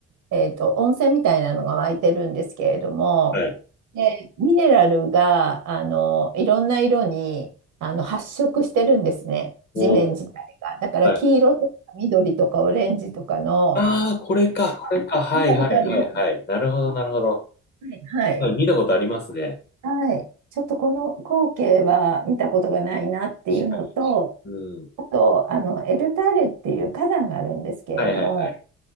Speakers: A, on the right (about 75°); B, on the left (about 35°).
A: えっと、温泉みたいなのが湧いてるんですけれども、
B: はい。
A: で、ミネラルが、あの、いろんな色に、あの、発色してるんですね。
B: おー、
A: 地面自体が。だから黄色とか緑とかオレンジとかの、
B: はい。ああ、これか、これか。はい、
A: 見たことあります。
B: はい、はい、はい。なるほど、なるほど。
A: はいはい。
B: はい、見たことありますね。
A: はい。ちょっとこの光景は見たことがないなっていうのと、
B: はいうん。
A: あと、あの、エルターレっていう火山があるんですけれども、
B: はい、はい、はい。